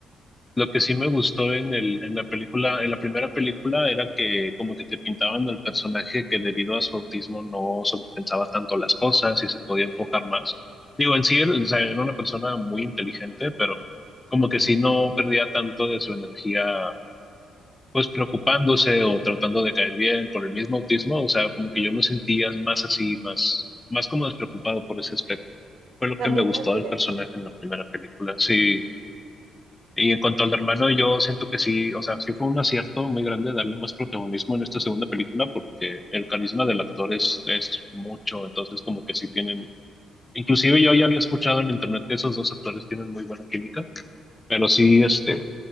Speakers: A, on the left (about 15°); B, on the right (about 80°).
A: Lo que sí me gustó en el, en la película, en la primera película, era que como que te pintaban al personaje que debido a su autismo no sobrepensaba tanto las cosas y se podía enfocar más. Digo, en sí, o sea, era una persona muy inteligente, pero como que sí no perdía tanto de su energía, pues preocupándose o tratando de caer bien por el mismo autismo. O sea, como que yo lo sentía más así, más, más como despreocupado por ese aspecto. Fue lo
B: también
A: que me gustó
B: más directo.
A: del personaje en la primera película. Sí. Y en cuanto al hermano, yo siento que sí, o sea, sí fue un acierto muy grande darle más protagonismo en esta segunda película porque el carisma del actor es, es mucho, entonces como que sí tienen, inclusive yo ya había escuchado en internet que esos dos actores tienen muy buena química, pero sí, este,